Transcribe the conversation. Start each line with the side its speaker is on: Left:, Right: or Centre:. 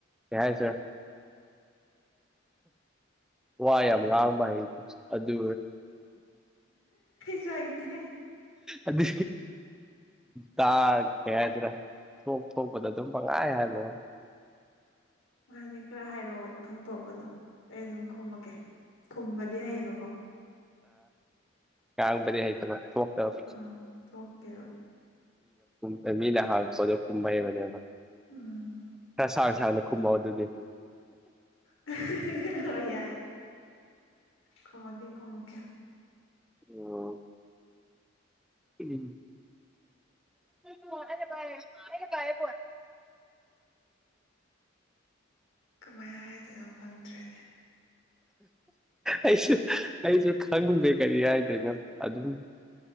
Centre: ꯀꯥꯏꯁ ꯋꯥꯏ ꯌꯥꯝ ꯉꯥꯡꯕ ꯍꯥꯏ ꯑꯗꯨ
Left: ꯁꯨꯣ ꯑꯥꯏꯗꯦ
Centre: ꯑꯗꯨ ꯇ ꯀꯌꯥꯆꯔ ꯊꯣꯛ ꯊꯣꯛꯄꯗ ꯑꯗꯨꯝ ꯄꯉꯥꯏ ꯍꯥꯏꯕ
Left: ꯃꯥꯅꯦ ꯈꯔ ꯍꯥꯏꯔꯛꯑꯣ ꯇ ꯊꯣꯛꯄꯗꯣ ꯑꯩ ꯑꯗꯨꯝ ꯈꯨꯝꯃꯛꯀꯦ ꯈꯨꯝꯕꯗꯤ ꯍꯌꯦꯕꯀꯣ
Centre: ꯀꯕꯗꯤ ꯍꯥꯏꯂ ꯍ
Left: ꯑꯥ ꯊꯣꯛꯇꯦꯕ
Centre: ꯂ ꯃꯤꯂ ꯍꯥ ꯑꯗꯨ ꯇꯑꯕꯅꯦꯅ
Left: ꯎꯝ
Centre: ꯀꯁꯥ ꯀꯨꯝꯕꯥꯎ ꯑꯗꯨꯗꯤ
Left: <unintelligible> ꯌꯥꯑ ꯈꯃꯀꯦ ꯈꯃꯀꯦ
Centre: ꯑꯣ ꯎꯝ ꯇꯔꯦꯩꯅ ꯇꯔꯦ ꯐ
Left: ꯀꯃꯥꯏ ꯍꯥꯏꯗꯣꯏꯅꯣ ꯈꯪꯗ꯭ꯔꯦꯅꯦ
Centre: ꯑꯩꯁꯨ ꯑꯩꯁꯨ ꯈꯪꯗꯦ ꯀꯔꯤ ꯍꯥꯏꯗꯣꯏꯅꯣ ꯑꯗꯨꯝ